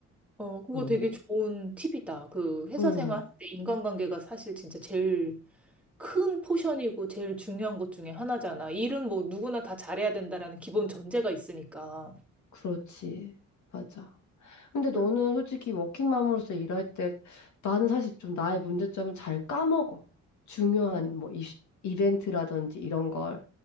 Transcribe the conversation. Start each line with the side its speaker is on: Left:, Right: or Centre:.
Centre: 어, 그거
Left: 응,
Centre: 되게 좋은 팁이다. 그 회사
Left: 응,
Centre: 생활할 때 인간관계가 사실 진짜 제일 큰 포션이고 제일 중요한 것 중에 하나잖아. 일은 뭐 누구나 다 잘해야 된다라는 기본 전제가 있으니까.
Left: 그렇지. 맞아. 근데 너는
Centre: 그래.
Left: 솔직히 워킹맘으로서 일할 때 나는 사실 좀 나의 문제점은 잘 까먹어. 중요한
Centre: 음.
Left: 뭐 이슈- 이벤트라든지 이런 걸.